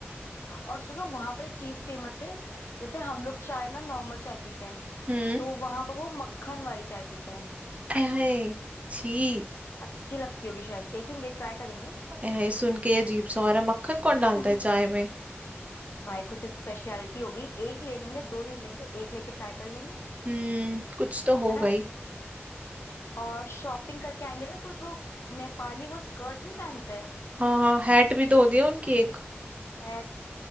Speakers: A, on the left; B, on the right.
A: और सुनो वहां पर एक चीज फेमस है जैसे हम लोग चाय ना नॉर्मल चाय पीते हैं
B: हम्म
A: तो वहां पर वो मक्खन वाली चाय पीते हैं
B: ऐ हाय छी
A: अच्छी लगती होगी शायद देखेंगे ट्राई करेंगे
B: ऐ हाय सुन के ये अजीब सा हो रहा है मक्खन कौन
A: <laughs>
B: डालता है चाय में
A: भाई कुछ स्पेशलिटी होगी एक ले लेंगे दो नहीं लेंगे एक लेके ट्राई कर लेंगे
B: हम्म कुछ तो हो
A: है ना
B: गई
A: और शॉपिंग करके आएंगे ना तो जो नेपाली वो स्कर्ट नहीं पहनते
B: हाँ हाँ हैट भी धो दिया उनकी एक
A: हैट